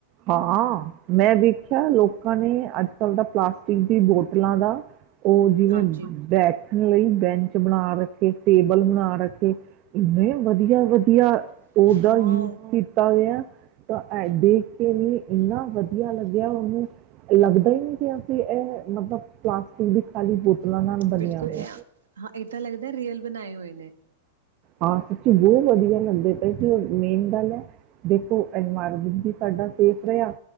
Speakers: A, on the right; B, on the right.
A: ਹਾਂ ਮੈਂ ਵੇਖਿਆ ਲੋਕਾਂ ਨੇ ਅੱਜ ਚਲਦਾ ਪਲਾਸਟਿਕ ਦੀ ਬੋਤਲਾਂ ਦਾ ਉਹ ਜਿਵੇਂ
B: ਹਾਂਜੀ
A: ਬੈਠਣ ਲਈ ਬੈਂਚ ਬਣਾ ਰੱਖੇ ਟੇਬਲ ਬਣਾ ਰੱਖੇ ਇਨੇਂ ਵਧੀਆ ਵਧੀਆ ਓਦਾ
B: ਹਾਂ
A: ਯੂਜ ਕੀਤਾ ਗਿਆ ਤਾਂ ਐਡੇ ਇਹ ਇਨਾ ਵਧੀਆ ਲੱਗਿਆ ਓਨੂੰ ਲੱਗਦਾ ਹੀ ਨਹੀਂ ਪਿਆ ਕਿ ਇਹ ਮਤਲਬ ਪਲਾਸਟਿਕ ਦੀ ਖਾਲੀ ਬੋਤਲਾਂ ਨਾਲ ਬਣਿਆ
B: ਬਿਲਕੁਲ
A: ਹੋਇਆ
B: ਐ ਹਾਂ ਏਦਾਂ ਲੱਗਦਾ ਰੀਅਲ ਬਣਾਏ ਹੋਏ ਨੇ
A: ਹਾਂ ਸੱਚੀ ਬਹੁਤ ਵਧੀਆ ਲੱਗਦੇ ਪਏ ਸੀ ਮੇਨ ਗੱਲ ਹੈ ਦੇਖੋ ਇਨਵਾਇਰਮੈਂਟ ਵੀ ਸਾਡਾ ਸੇਫ ਰਿਹਾ